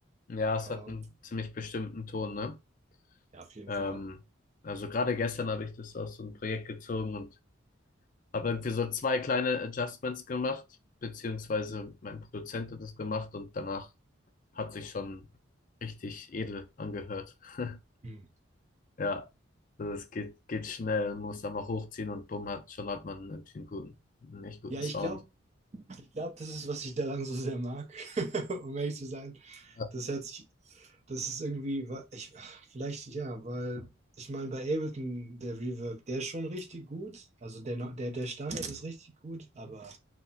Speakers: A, on the left; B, on the right.
A: ja, es
B: Ähm,
A: hat einen ziemlich bestimmten Ton, ne?
B: ja, auf jeden
A: Ähm,
B: Fall.
A: also gerade gestern habe ich das aus so einem Projekt gezogen und habe irgendwie so zwei kleine Adjustments gemacht, beziehungsweise mein Produzent hat das gemacht und danach hat sich schon richtig edel angehört. <laughs>
B: Hm.
A: Ja, also es geht, geht schnell, muss einfach hochziehen und bumm, hat, schon hat man irgendwie einen guten, einen echt guten
B: Ja,
A: Sound.
B: ich glaube, Ich glaube, das ist, was ich daran so sehr mag, <laughs> um ehrlich zu sein.
A: Ja,
B: Das hört sich, das ist irgendwie, wa- ich, vielleicht ja, weil ich meine, bei Ableton, der Reverb, der ist schon richtig gut. Also der, no- der, der Standard ist richtig gut, aber